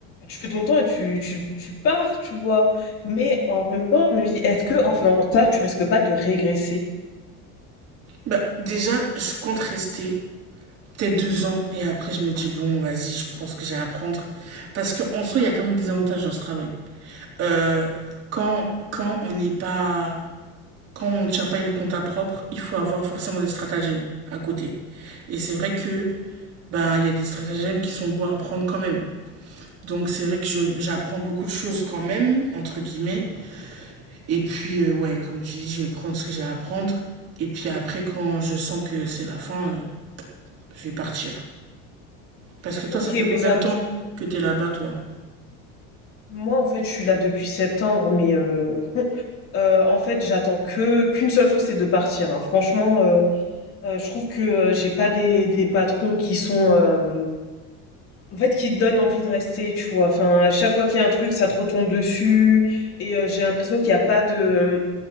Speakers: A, on the left; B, on the right.
A: tu fais ton temps et tu, tu, tu pars, tu vois. Mais en même temps, je me dis, est-ce que en faisant ça, tu risques pas de régresser?
B: Bah, déjà, je compte rester peut-être deux ans. Et après, je me dis, bon, vas-y, je prends ce que j'ai à apprendre. Parce qu'en soi, il y a quand même des avantages dans ce travail. Euh, quand, quand on n'est pas. Quand on ne tient pas une compta propre, il faut avoir forcément des stratagèmes à côté. Et c'est vrai que ben, il y a des stratagèmes qui sont beaux à apprendre quand même. Donc c'est vrai que je, j'apprends beaucoup de choses quand même, entre guillemets. Et puis, euh, ouais, comme tu dis, je vais prendre ce que j'ai à apprendre. Et puis après, quand je sens que c'est la fin, euh, je vais partir. Parce que toi,
A: Ok,
B: ça fait combien
A: mais ça,
B: de temps que t'es là-bas, toi?
A: moi en fait, je suis là depuis septembre, mais euh, <laughs> euh, en fait, j'attends que qu'une seule chose, c'est de partir. hein. Franchement, euh, euh, je trouve que euh, j'ai pas des, des patrons qui sont, euh, en fait, qui te donnent envie de rester, tu vois. Enfin, à chaque fois qu'il y a un truc, ça te retombe dessus, et euh, j'ai l'impression qu'il n'y a pas de